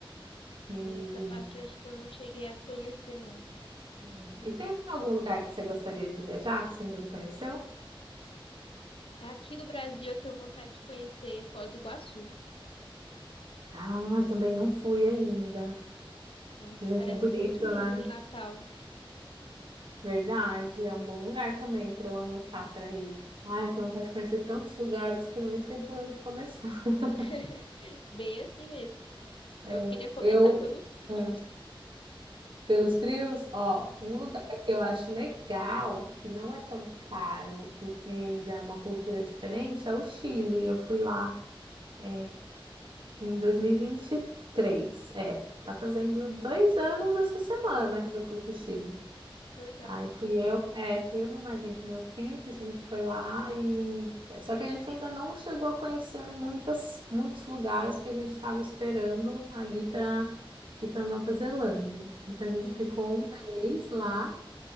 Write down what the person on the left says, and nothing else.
Essa parte eu acho que eu não cheguei a conhecer, não.
Aqui do Brasil eu tenho vontade de conhecer Foz do Iguaçu.
Nossa,
parece
muito lindo
no Natal.
<laughs> Bem assim mesmo.
Eu queria começar
pelos frios.
Que legal.
Uhum,